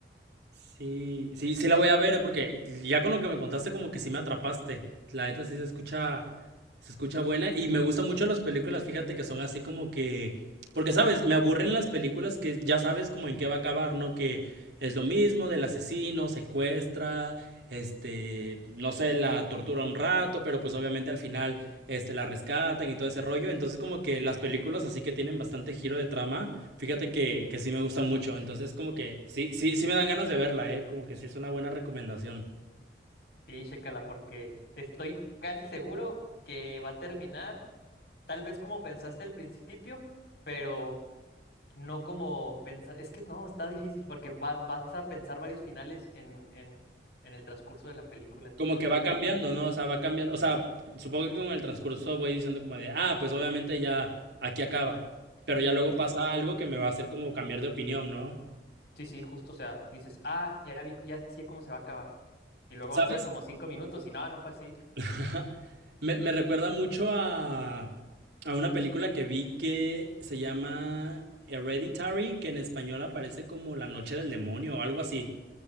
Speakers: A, on the right; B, on the left.
A: Sí, sí, sí la voy a ver, eh, porque ya con lo que me contaste como que sí me atrapaste. La neta sí se escucha, se escucha buena y me gustan mucho las películas, fíjate que son así como que, porque sabes, me aburren las películas que ya sabes como en qué va a acabar, ¿no? Que es lo mismo del asesino, secuestra, este, no sé, la tortura un rato, pero pues obviamente al final, este, la rescatan y todo ese rollo. Entonces como que las películas así que tienen bastante giro de trama. Fíjate que, que sí me gustan mucho, entonces como que sí, sí, sí me dan ganas de verla, ¿eh? Como que sí es una buena recomendación.
B: sí, chécala, porque estoy casi seguro que va a terminar, tal vez como pensaste al principio, pero no como pensar, es que no, está difícil, porque va- vas a pensar varios finales en, en, en el transcurso de la película, entonces
A: Como que
B: eso
A: va
B: es
A: cambiando,
B: lo...
A: ¿no? O sea, va cambiando, o sea, supongo que con el transcurso voy diciendo como de, ah, pues obviamente ya aquí acaba, pero ya luego
B: Sí,
A: pasa algo que me va a hacer como cambiar de opinión, ¿no?
B: Sí, sí, justo, o sea, dices, ah, ya vi, ya sé cómo se va a acabar. Y luego
A: ¿Sabes?
B: avanza como cinco minutos y nada, no fue así.
A: <laughs> Me, me recuerda mucho a, a una película que vi que se llama Hereditary, que en español aparece como La Noche del Demonio o algo así.